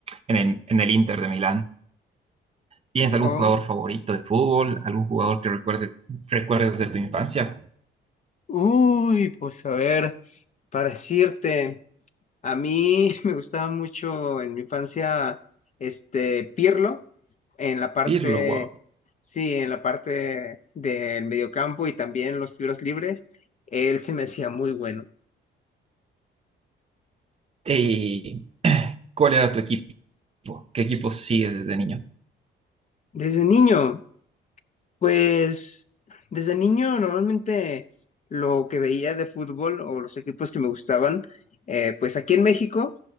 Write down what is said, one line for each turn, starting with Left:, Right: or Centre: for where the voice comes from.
Right: en el, en el Inter de Milán. ¿Tienes
Left: Oh,
Right: algún
Left: oh.
Right: jugador favorito de fútbol? ¿Algún jugador que recuerde, recuerdes de tu infancia?
Left: Uy, pues a ver, para decirte, a mí <laughs> me gustaba mucho en mi infancia este Pirlo en la parte,
Right: Pirlo, wow.
Left: sí, en la parte del mediocampo y también los tiros libres. Él se me hacía muy bueno.
Right: ¿Y ¿cuál era tu equipo? ¿Qué equipo sigues desde niño?
Left: Desde niño, Pues desde niño normalmente lo que veía de fútbol o los equipos que me gustaban, eh, pues aquí en México,